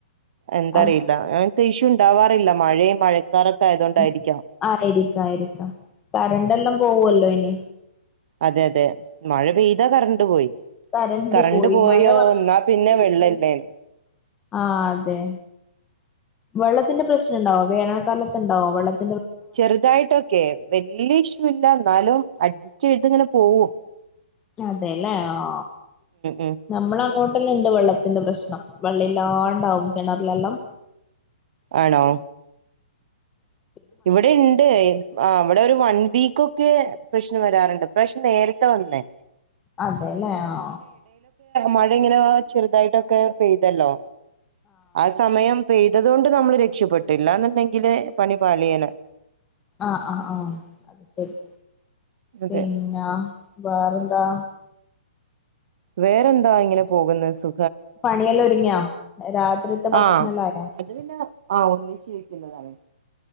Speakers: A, on the right; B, on the left.
A: എന്താ
B: അ
A: അറിയില്ല
B: ക
A: അങ്ങനത്തെ ഇഷ്യൂ ഉണ്ടാവാറില്ല മഴയും മഴക്കാറൊക്കെ ആയതുകൊണ്ടായിരിക്കാം
B: <unintelligible> ആയിരിക്ക ആയിരിക്കാം കറണ്ട് എല്ലാം പോവല്ലോ ഇനി
A: അതെ അതെ മഴ പെയ്താ കറണ്ട് പോയി
B: കരണ്ട്
A: കറണ്ട്
B: പോയി
A: പോയോ
B: മഴ
A: എന്നാ പിന്നെ
B: വന്ന
A: വെള്ളല്ലേനു
B: ആ അതെ വെള്ളത്തിന്റെ പ്രശ്നം ഉണ്ടാവോ വേനൽക്കാലത്ത്ണ്ടാവോ വെള്ളത്തി
A: ചെറുതായിട്ടൊക്കെ വല്ല്യ ഇഷ് ഇല്ല എന്നാലും അഡ്ജസ്റ്റ് ചെയ്തിങ്ങനെ പോകും
B: അതെല്ലേ ആ
A: ഉം
B: നമ്മള ഇങ്ങോട്ടലുണ്ട് വെള്ളത്തിന്റെ പ്രശ്നം വെള്ളം ഇല്ലാണ്ടാവും കിണറിലെല്ലാം
A: ആണോ
B: ഉ
A: ഇവിടെ ഉണ്ട് ആ അവിടെ ഒരു വൺ വീക്ക് ഒക്കെ പ്രശ്നം വരാറുണ്ട് ഇപ്രാശം നേരിത്തെ വന്ന്
B: അതെല്ലേ ആ
A: മഴ ഇങ്ങനെ ചെറുതായിട്ടൊക്കെ പെയ്തല്ലോ ആ സമയം പെയ്തതുകൊണ്ട് നമ്മള് രക്ഷപ്പെട്ട് ഇല്ലാന്നുണ്ടെങ്കില് പണി പാളിയനെ
B: ആ ആ ആ അത് ശെരി
A: അതെ
B: പിന്നാ വേറെന്താ?
A: വേറെന്താ ഇങ്ങനെ പോകുന്നത് സു
B: പണിയെല്ലാം ഒതുങ്ങിയാ രാത്രിത്തെ ഭക്ഷണ
A: ആഹ്
B: എല്ലാം ആയാ?
A: അത് പിന്നെ ആ ഒന്നിച്ച് വെക്കുന്നതാണ്